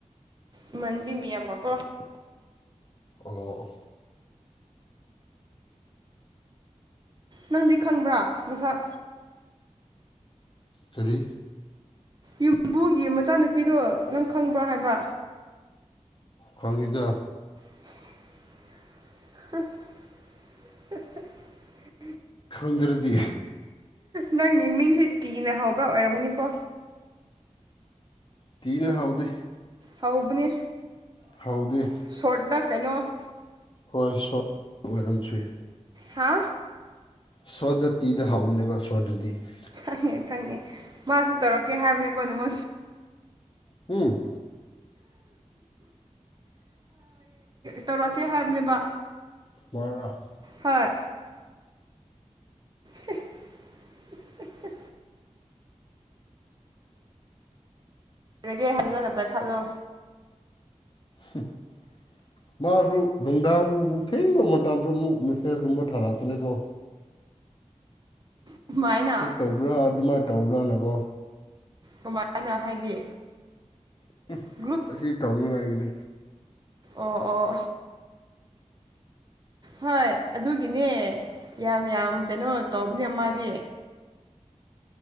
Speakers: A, on the right; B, on the left.
A: ꯏꯃꯥꯟꯅꯕꯤ ꯃꯤꯌꯥꯝꯒꯀꯣ
B: ꯑꯣ
A: ꯅꯪꯗꯤ ꯈꯪꯕ꯭ꯔꯥ ꯃꯁꯛ
B: ꯀꯔꯤ
A: ꯌꯨꯝꯕꯨꯒꯤ ꯃꯆꯥꯅꯨꯄꯤꯗꯣ ꯅꯪ ꯈꯪꯕ꯭ꯔꯥ ꯍꯥꯏꯕ
B: ꯈꯪꯉꯤꯗ
A: <inaudible> <unintelligible>
B: ꯈꯪꯗ꯭ꯔꯗꯤ
A: ꯅꯪꯒꯤ ꯃꯤꯡꯁꯦ ꯇꯤꯅ ꯍꯧꯕ꯭ꯔꯥ ꯑꯣꯏꯔꯝꯅꯤꯀꯣ
B: ꯇꯤꯅ ꯍꯧꯗꯦ
A: ꯍꯥꯎꯕꯅꯦ
B: ꯍꯥꯎꯗꯦ
A: ꯁꯣꯔꯠꯗ ꯀꯩꯅꯣ
B: ꯍꯣꯏ ꯁꯣꯔꯠ ꯑꯣꯏꯔꯝꯕꯁꯨ ꯌꯥꯏ
A: ꯍꯥ
B: ꯁꯣꯗ ꯇꯤꯗ ꯍꯥꯎꯋꯅꯦꯕ ꯁꯣꯗꯗꯤ <unintelligible>
A: ꯈꯪꯉꯦ ꯈꯪꯉꯦ ꯃꯥꯁꯨ ꯇꯧꯔꯛꯀꯦ ꯍꯥꯏꯕꯅꯦꯀꯣ ꯅꯪꯉꯣꯟ
B: ꯍꯨꯝ
A: ꯇꯧꯔꯛꯀꯦ ꯍꯥꯏꯕꯅꯦꯕ
B: ꯋꯥꯔ <unintelligible>
A: ꯍꯣꯏ ꯍꯛ <unintelligible> ꯑꯣꯏꯔꯒꯦ <unintelligible> ꯍꯜꯂꯒ ꯄꯥꯏꯈꯠꯂꯨ
B: ꯍ <unintelligible> <inaudible> ꯃꯥꯁꯨ ꯅꯨꯡꯗꯥꯡ ꯊꯦꯡꯕ ꯃꯇꯝꯗ ꯑꯃꯨꯛ ꯃꯦꯁꯀꯨꯝꯕ ꯊꯥꯔꯛꯄꯅꯦꯀꯣ
A: ꯀꯃꯥꯏꯅ
B: ꯀꯠ ꯇꯧꯕ꯭ꯔꯥ ꯑꯗꯨꯃꯥꯏꯅ ꯇꯧꯕ꯭ꯔꯥꯅꯀꯣ꯫
A: ꯀꯃꯥꯏꯅ ꯍꯥꯏꯗꯤ
B: <unintelligible>
A: ꯒꯔ꯭ꯨꯞ
B: ꯑꯁꯤ ꯇꯧꯅꯤꯡꯉꯥꯏꯒꯤꯅꯤ
A: ꯑꯣ ꯑꯣ ꯍꯣꯏ ꯑꯗꯨꯒꯤꯅꯦ ꯌꯥꯝ ꯌꯥꯝ ꯀꯩꯅꯣ ꯇꯧꯕꯅꯦ ꯃꯥꯗꯤ